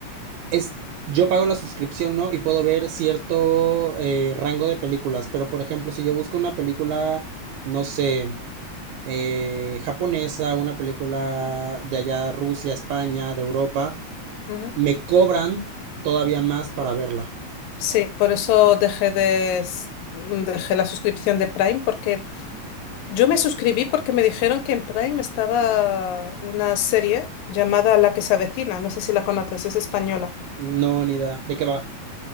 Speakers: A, on the right (about 80°); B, on the left (about 85°).
A: es, yo pago la suscripción, ¿no? Y puedo ver cierto eh, rango de películas, pero por ejemplo, si yo busco una película, no sé, eh, japonesa, una película de allá, Rusia, España, de Europa,
B: ujú.
A: me cobran todavía más para verla.
B: Sí, por eso dejé de, s- mm, dejé la suscripción de Prime, porque yo me suscribí porque me dijeron que en Prime estaba una serie llamada La que se avecina, no sé si la conoces, es española.
A: No, ni idea. ¿De qué va?